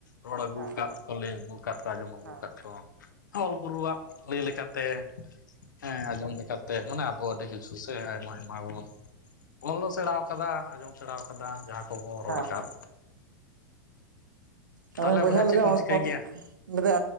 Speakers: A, on the left; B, on the right.
A: ᱨᱚᱲ ᱟᱹᱜᱩ
B: ᱦᱮᱸ ᱦᱮᱸ
A: ᱟᱠᱟᱫ
B: ᱦᱮᱸ
A: ᱠᱚ ᱞᱟᱹᱭ ᱟᱹᱜᱩ ᱟᱠᱟᱫ ᱠᱚ ᱟᱸᱡᱚᱢ ᱟᱹᱜᱩ
B: ᱦᱮᱸ
A: ᱟᱠᱟᱫ
B: ᱦᱮᱸ ᱦᱮᱸ
A: ᱠᱚᱼᱼ ᱚᱞ ᱜᱩᱨᱩᱣᱟᱜ ᱞᱟᱹᱭ ᱞᱮᱠᱟ ᱛᱮ ᱦᱮᱸ ᱟᱸᱡᱚᱢ ᱞᱮᱠᱟᱼᱼ ᱛᱮ ᱢᱟᱱᱮ ᱟᱵᱚ ᱟᱹᱰᱤ ᱠᱤᱪᱷᱩ ᱥᱮ ᱟᱭᱢᱟ ᱟᱭᱢᱟ ᱵᱚᱱ ᱚᱞᱚ ᱥᱮᱬᱟ ᱟᱠᱟᱫᱟ ᱟᱸᱡᱚᱢ ᱥᱮᱬᱟᱣ-ᱼ ᱠᱟᱫᱟ, ᱡᱟᱦᱟᱸ ᱠᱚᱵᱚᱱ ᱨᱚᱲ
B: ᱦᱮᱸ
A: ᱟᱠᱟᱫ᱾
B: ᱟᱫᱚ
A: ᱛᱟᱦᱚᱞᱮ
B: ᱵᱚᱭᱦᱟ
A: ᱪᱮᱫ
B: ᱞᱮᱫᱟᱧ
A: ᱠᱚᱢ
B: ᱚᱲᱟ
A: ᱪᱤᱠᱟᱹᱭ
B: ᱚᱜ
A: ᱜᱮᱭᱟ
B: ᱞᱮᱫᱟ